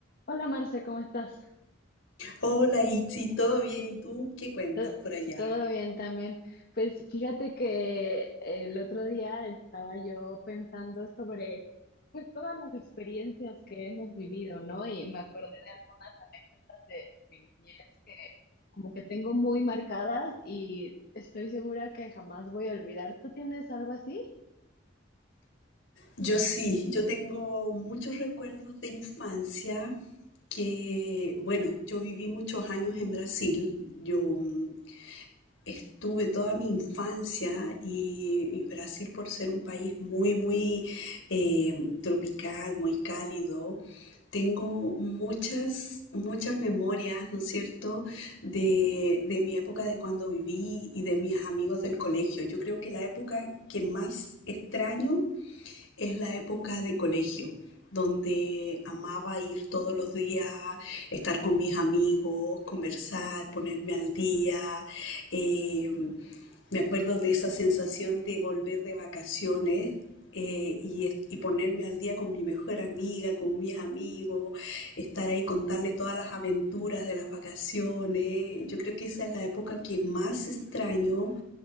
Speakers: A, on the left; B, on the left.
A: Hola Marce, ¿cómo estás?
B: Hola, Itzi, ¿todo bien? ¿Y tú qué cuentas
A: Todo,
B: por allá?
A: todo bien también. Pues fíjate que el otro día estaba yo pensando sobre pues todas las experiencias que hemos vivido, ¿no? Y me acordé de algunas anécdotas de mi niñez que como que tengo muy marcadas y estoy segura que jamás voy a olvidar. ¿Tú tienes algo así?
B: Yo sí, yo tengo muchos recuerdos de infancia que, bueno, yo viví muchos años en Brasil. Yo mm, estuve toda mi infancia y, y Brasil por ser un país muy, muy eh, tropical, muy cálido, tengo muchas, muchas memorias, ¿no es cierto?, de, de mi época de cuando viví y de mis amigos del colegio. Yo creo que la época que más extraño es la época de colegio, donde amaba ir todos los días, estar con mis amigos, conversar, ponerme al día. Eh, me acuerdo de esa sensación de volver de vacaciones. eh, y, es- y ponerme al día con mi mejor amiga, con mis amigos, estar ahí, contarle todas las aventuras de las vacaciones. Yo creo que esa es la época que más extraño,